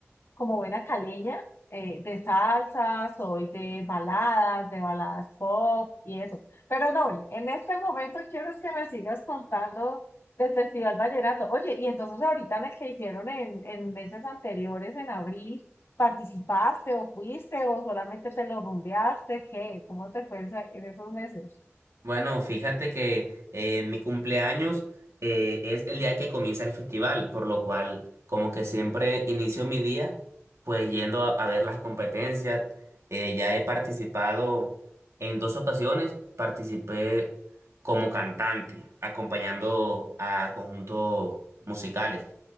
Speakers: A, on the left; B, on the right.
A: como buena caleña, eh, de salsa, soy de baladas, de baladas pop y eso. Pero no, en en este momento quiero es que me sigas contando del Festival Vallenato. Oye, y entonces ahorita en el que hicieron en, en meses anteriores, en abril, ¿participaste o fuiste o solamente te lo rumbeaste? ¿Qué? ¿Cómo te fue esa- en esos meses?
B: Bueno, fíjate que eh, mi cumpleaños eh, es el día que comienza el festival, por lo cual como que siempre inicio mi día pues yendo a, a ver las competencias. Eh, ya he participado en dos ocasiones, participé como cantante, acompañando a conjuntos musicales.